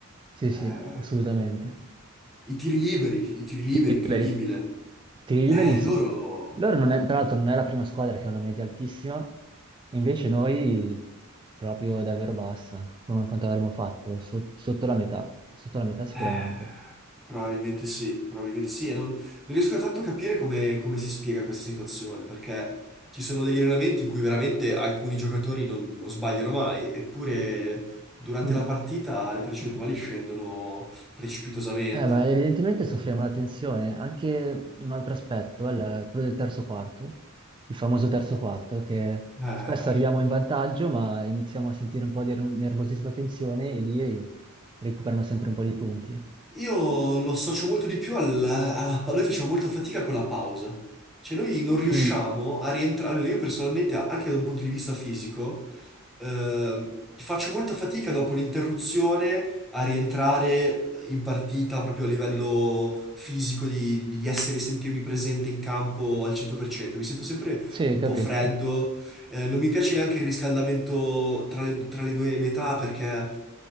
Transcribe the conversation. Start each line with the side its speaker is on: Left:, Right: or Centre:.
Right: sì,
Centre: Eh,
Right: sì, assolutamente.
Centre: i tiri liberi, i tiri liberi,
Right: Tiri
Centre: incredibile.
Right: liberi, tiri
Centre: Eh,
Right: liberi, sì.
Centre: loro...
Right: Loro non è- tra l'altro non è la prima squadra che ha una media altissima, invece noi proprio davvero bassa, come quanto avremmo fatto, so- sotto la metà, sotto la metà sicuramente.
Centre: eh, probabilmente sì, probabilmente sì. E non, non riesco tanto a capire come, come si spiega questa situazione, perché ci sono degli allenamenti in cui veramente alcuni giocatori non, non sbagliano mai, eppure durante
Right: Mm.
Centre: la partita le percentuali scendono precipitosamente.
Right: Eh, ma evidentemente soffriamo la tensione. Anche un altro aspetto è la- quello del terzo quarto, il famoso terzo quarto, che
Centre: Eh,
Right: spesso arriviamo in vantaggio, ma iniziamo a sentire un po' di ner- nervosismo e tensione e lì recuperano sempre un po' di punti.
Centre: io lo associo molto di più al- alla... Noi facciamo molta fatica con la pausa. Cioè noi non riusciamo
Right: Mm,
Centre: a rientrare, almeno io personalmente, a- anche da un punto di vista fisico eh, faccio molta fatica dopo l'interruzione a rientrare in partita proprio a livello fisico, di, di essere, sentirmi presente in campo al 100%. Mi sento sempre
Right: Sì,
Centre: un
Right: capisco.
Centre: po' freddo, eh, non mi piace neanche il riscaldamento tra le, tra le due metà perché...